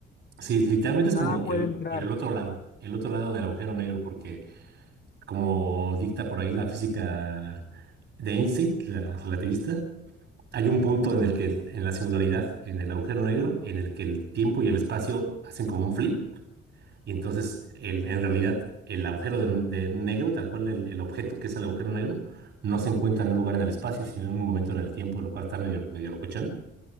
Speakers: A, on the right (about 65°); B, on the left (about 55°).
A: Sí, literalmente
B: Nada
A: es como el,
B: puede entrar.
A: el otro lado, el otro lado del agujero negro, porque como dicta por ahí la física de Einstein, la relativista, hay un punto en el que, en la singularidad, en el agujero negro, en el que el tiempo y el espacio hacen como un flip, y entonces el- en realidad el agujero de, de negro, tal cual el, el objeto que es el agujero negro, no se encuentra en un lugar en el espacio, sino en un momento en el tiempo, lo cual está medio, medio locochón.